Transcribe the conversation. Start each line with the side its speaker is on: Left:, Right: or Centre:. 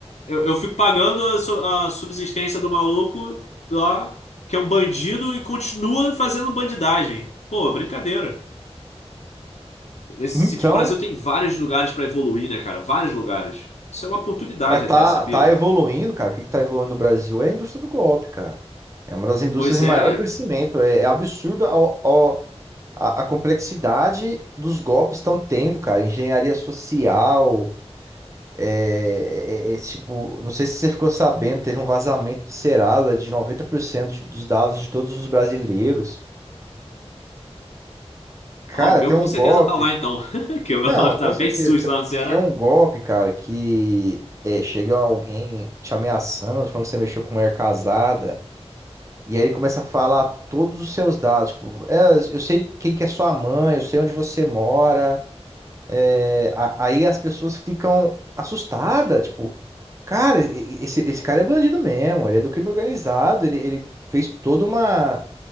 Left: eu, eu fico pagando a, su- a subsistência do maluco lá, que é um bandido, e continua fazendo bandidagem. Pô, brincadeira. Nesse
Right: Então,
Left: sentido, o Brasil tem vários lugares pra evoluir, né, cara? Vários lugares. Isso é uma oportunidade
Right: Mas tá,
Left: até, sabia?
Right: tá evoluindo, cara. O que que tá evoluindo no Brasil é a indústria do golpe, cara. É uma das indústrias
Left: Pois
Right: em maior
Left: é.
Right: crescimento. É, é absurdo ao- a, a complexidade dos golpes estão tendo, cara. Engenharia social, é, é- é, é, tipo, não sei se você ficou sabendo, teve um vazamento do Serasa de 90% de- dos dados de todos os brasileiros. Cara,
Left: Ah, o meu
Right: tem
Left: com
Right: um
Left: certeza
Right: golpe.
Left: tá lá então. <laughs> Que o meu
Right: Não,
Left: nome
Right: com
Left: tá
Right: certeza.
Left: bem sujo
Right: Tem
Left: lá no Ceará.
Right: tem um golpe, cara, que é, chega alguém te ameaçando, falando que você mexeu com mulher casada, e aí ele começa a falar todos os seus dados. Tipo, é, eu sei quem que é sua mãe, eu sei onde você mora. É, a- aí as pessoas ficam assustadas, tipo, cara, e- e- esse, esse cara é bandido mesmo, ele é do crime organizado, ele, ele fez toda uma.